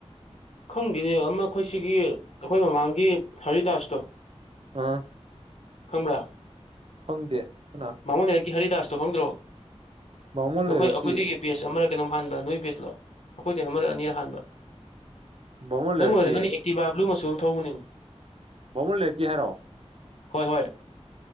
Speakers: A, on the left; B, on the right.
A: ꯈꯪꯗꯦꯅꯦ ꯑꯃ ꯑꯩꯈꯣꯏ ꯁꯤꯒꯤ ꯑꯩꯈꯣꯏ ꯃꯃꯥꯡꯒꯤ ꯍꯔꯤꯗꯥꯁꯇꯣ
B: ꯑ
A: ꯈꯪꯕ꯭ꯔꯥ
B: ꯈꯪꯗꯦ ꯀꯅꯥ
A: ꯕꯥꯃꯣꯟ ꯂꯩꯔꯛꯀꯤ ꯍꯔꯤꯗꯥꯁꯇꯣ ꯈꯪꯗ꯭ꯔꯣ
B: ꯕꯥꯃꯣꯟ ꯂꯩꯔꯛꯀꯤ
A: ꯅꯈꯣꯏ ꯑꯩꯈꯣꯏꯗꯒꯤ ꯕꯦꯁ ꯑꯃꯔ ꯀꯩꯅꯣꯝ ꯍꯥꯟꯕ ꯅꯣꯏ ꯕꯦꯖꯂꯣ ꯑꯩꯈꯣꯏꯗꯩ ꯑꯃꯔ ꯑꯅꯤꯔ ꯍꯥꯟꯕ
B: ꯕꯥꯃꯣꯟ
A: ꯅꯪ
B: ꯂꯩꯔꯛꯀꯤ
A: ꯎꯔꯗꯤ ꯈꯪꯅꯤ ꯑꯦꯛꯇꯤꯚꯥ ꯕ꯭ꯂꯨ ꯃꯆꯨ ꯑꯗꯨꯝ ꯊꯧꯕꯅꯤ
B: ꯕꯥꯃꯣꯟ ꯂꯩꯔꯛꯀꯤ ꯍꯥꯏꯔꯣ
A: ꯍꯣꯏ ꯍꯣꯏ